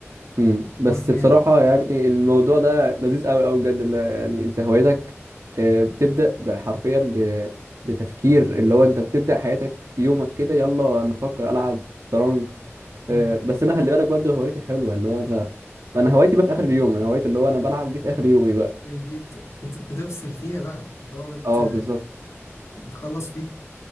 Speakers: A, on the right; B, on the left.
A: امم بس
B: المهم
A: بصراحة
B: يعني
A: يعني الموضوع ده لذيذ قوي قوي بجد اللي- يعني انت هوايتك آه، بتبدأ ب- حرفيا ب- بتفكير اللي هو انت بتبدأ حياتك يومك كده يلا نفكر العب شطرنج آه،
B: مم.
A: بس انا خلي بالك برضه هوايتي حلوة اللي هو انا انا هوايتي بقى في اخر اليوم انا هوايتي اللي هو انا بلعب دي في اخر يومي بقى
B: دي بت... بت... بتفصل فيها بقى بتبقى هو بت...
A: اه بالظبط
B: بتخلص فيها